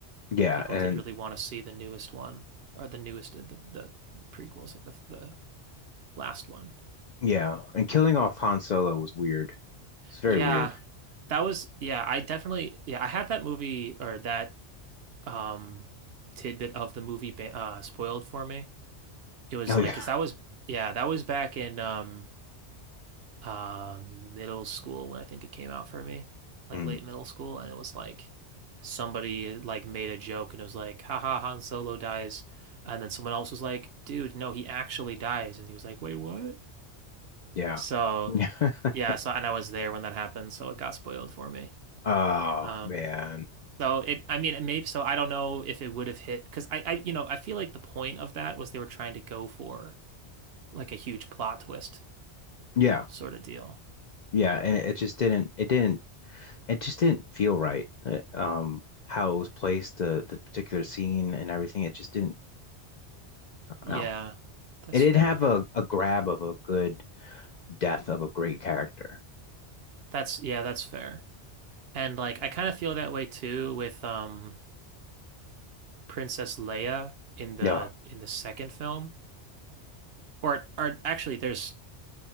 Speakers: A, on the left (about 55°); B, on the right (about 65°).
A: Yeah,
B: people
A: and
B: did really want to see the newest one or the newest the the prequels like the the last one.
A: Yeah, and killing off Han Solo was weird. It's very
B: Yeah.
A: weird.
B: That was yeah, I definitely yeah, I had that movie or that um tidbit of the movie ba- uh spoiled for me. It was
A: Oh
B: like
A: yeah,
B: because that was yeah, that was back in um uh, middle school when I think it came out for me, like
A: Mm,
B: late middle school, and it was like somebody like made a joke and it was like, haha, Han Solo dies. And then someone else was like, dude, no, he actually dies. And he was like, wait, what?
A: yeah,
B: So
A: yeah. <laughs>
B: yeah, so and I was there when that happened, so it got spoiled for me.
A: Oh
B: Um
A: man,
B: so it I mean it may so I don't know if it would have hit because I, I you know I feel like the point of that was they were trying to go for like a huge plot twist
A: yeah,
B: sort of deal.
A: yeah, and it, it just didn't. It didn't. It just didn't feel right. Uh, Um, how it was placed, the the particular scene and everything. It just didn't.
B: Yeah,
A: No,
B: that's
A: it didn't
B: fair.
A: have a a grab of a good death of a great character.
B: That's yeah, that's fair. And like I kind of feel that way too with um Princess Leia in the
A: No,
B: in the second film. Or or actually there's